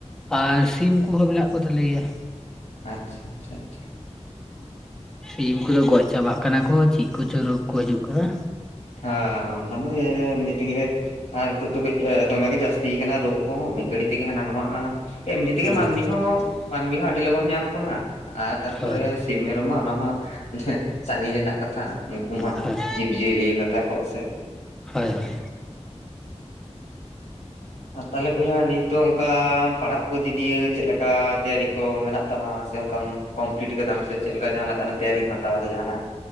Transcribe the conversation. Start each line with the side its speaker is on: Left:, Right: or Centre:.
Centre: ᱟᱨ ᱥᱤᱢ ᱠᱚᱦᱚᱸ ᱢᱮᱱᱟᱜ ᱠᱚᱛᱟᱞᱮ ᱜᱮᱭᱟ
Left: ᱟᱪᱪᱷᱟ ᱟᱪᱪᱷᱟ ᱟᱪᱪᱷᱟ
Centre: ᱥᱤᱢ ᱠᱚᱫᱚ ᱜᱚᱡ ᱪᱟᱵᱟᱜ ᱠᱟᱱᱟ ᱠᱚ ᱪᱤᱜ ᱠᱚᱪᱚ ᱨᱳᱜ ᱠᱚ ᱦᱤᱡᱩᱜ ᱠᱟᱱᱟ
Left: ᱦᱟᱸ ᱚᱱᱟ ᱫᱚ ᱮᱢᱱᱤᱛᱮᱜᱮ ᱟᱨ ᱦᱤᱛᱳᱜ ᱫᱚ ᱠᱟᱹᱡ ᱮ ᱫᱚᱢᱮ ᱜᱮ ᱡᱟᱹᱥᱛᱤᱭ ᱠᱟᱱᱟ ᱨᱳᱜ ᱠᱚᱦᱚᱸ ᱢᱤᱫ ᱜᱷᱟᱹᱲᱤᱡ ᱛᱮᱜᱮ ᱦᱟᱱᱟ ᱱᱚᱣᱟ ᱮᱢᱱᱤ ᱛᱮᱜᱮ
Centre: ᱦᱳᱭ
Left: ᱢᱟᱹᱱᱢᱤ ᱦᱚᱸ ᱢᱟᱹᱱᱢᱤ ᱦᱚᱸ ᱟᱹᱰᱤ ᱞᱚᱜᱚᱱ ᱧᱟᱢ ᱵᱚᱱᱟ ᱟᱨ ᱛᱟᱨᱯᱚᱨᱮ
Centre: ᱦᱳᱭ
Left: ᱥᱤᱢ ᱢᱮᱨᱚᱢ ᱢᱟ ᱚᱱᱟ ᱢᱟ ᱥᱟᱜᱤᱧ ᱨᱮᱱᱟᱜ ᱠᱟᱛᱷᱟ ᱩᱝᱠᱩ ᱢᱟ
Centre: ᱦᱳᱭ
Left: ᱡᱤᱵᱽᱼᱡᱤᱭᱟᱹᱞᱤᱭᱟ ᱠᱟᱛᱟ ᱠᱚᱜ ᱥᱮ
Centre: ᱦᱳᱭ ᱦᱳᱭ
Left: ᱟᱨ ᱛᱟᱦᱞᱮ ᱵᱚᱭᱦᱟ ᱱᱤᱛ ᱫᱚ ᱚᱝᱠᱟᱢ ᱯᱟᱲᱦᱟᱜ ᱠᱚ ᱤᱫᱤ ᱫᱤᱭᱟ ᱪᱮᱫ ᱞᱮᱠᱟ ᱛᱮᱭᱟᱨᱤ ᱠᱚ ᱢᱮᱱᱟᱜ ᱛᱟᱢᱟ ᱥᱮ ᱚᱝᱠᱟᱢ ᱠᱚᱢᱯᱞᱤᱴ ᱠᱟᱫᱟᱢ ᱥᱮ ᱪᱮᱫ ᱞᱮᱠᱟ ᱡᱟᱦᱟᱸ ᱞᱮᱠᱟ ᱛᱮᱭᱟᱨᱤᱢ ᱦᱟᱛᱟᱣᱫᱟ ᱡᱟᱦᱟᱱᱟᱜ